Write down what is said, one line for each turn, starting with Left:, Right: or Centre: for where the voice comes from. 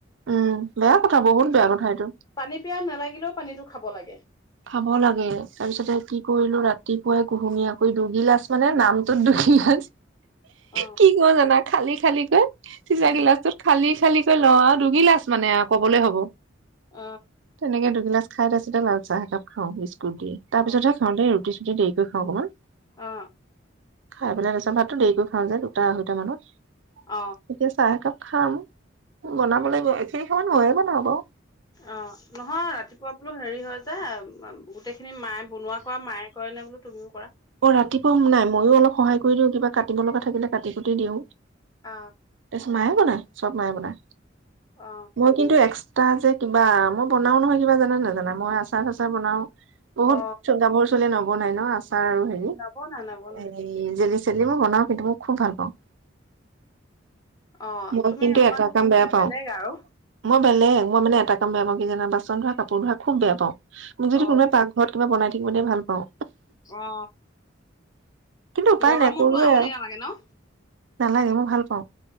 Right: উম বেয়া ক বহুত বেয়া কথা এইটো
Left: পানী পিয় নালাগিলেও পানীটো খাব লাগে
Right: খাব লাগে তাৰপিছতে কি কৰিলো ৰাতিপুৱাই কুহুমীয়া কৰিৈ দুগিল লাজ মানে নামটোত দুগি লাাজ
Left: অ
Right: কি ক জানা খালি খালিক চিচা
Left: উম
Right: গিলাচ তত খালি খালি ল দুগিলাচ মানে কবলে হ'ব
Left: অ
Right: তেনেকে দুগিলাচ খাই আছে এ লাল চাহ একাপ খাওঁ দ তাৰ
Left: অ
Right: পিছতে খওঁতে ৰুি প্ৰতিুি চুতি দেৰি কৰি খাওঁ অকণমান
Left: অ
Right: খাই পেলাই তচৰ ভাতটো দেৰিক কৰি খাওঁ যে দুটা আঢৈটা মানত
Left: অ
Right: এতিয়া চাহ কাপ খাম বনাবলৈ গৈ এ কিমান নয়ে ব নাবৌ
Left: অ নহয় ৰাতিপুৱা বোলো হেৰি হয় যায় ব গোটেইখিনি মায়ে বনোৱা মায়ে কৰেনে বোলে তুমি
Right: অ ৰাতিপুৱাম নাই ময়ো অলপ সহায় কৰি দিও কিবা কাটিব লগা থাকিলে কাটি কুট দিও
Left: অ
Right: তছ মায়ে ব ন চব নাই বনাই
Left: অ
Right: মই কিন্তু এক সা যে কিবা মই বনাও নহয় কিবা জানে নে জানা মই আচাৰ চচাৰ বনাও বহুত
Left: অ
Right: গাভৰ চল নব হ নাই ন আচাৰ হেৰি
Left: নবনাই নবনাই
Right: জ চেলিমই বনাও কিন্তু মই খুব ভাল পাওঁ
Left: অ
Right: মই
Left: তুমি
Right: কিন্তু
Left: অকমান
Right: এটা কাম বেয়া পাওঁ
Left: বেলেগ আৰু
Right: মই বেলেগ মই মান এটাাম বেয়া পাওঁ জা বান ধৰা কাপোৰ ধ খু বেয়া পাও মোক যদি
Left: অ',
Right: কোনোব পাকঘৰত কিবা বনাই থাকিবতে ভাল পাওঁ
Left: অ
Right: কিন্তু উপায়
Left: গৰমতো
Right: নাই কৰোৱে
Left: আমনি
Right: আৰু
Left: নালাগে ন?
Right: নালাগে মই ভাল পাওঁ